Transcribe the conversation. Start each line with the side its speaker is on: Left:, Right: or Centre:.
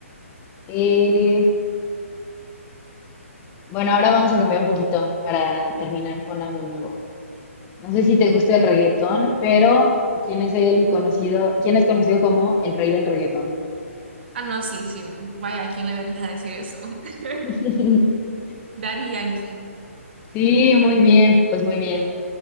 Left: eh, Bueno, ahora vamos a cambiar un poquito para terminar con algo nuevo. No sé si te gusta el reggaetón, pero ¿quién es el conocido, quién es conocido como el rey del reggaetón?
Right: Ah, no, sí, sí. mm, Vaya, ¿a quién le venís a decir eso? <laughs>
Left: <laughs>
Right: Daddy Yankee.
Left: Sí, muy bien, pues muy bien.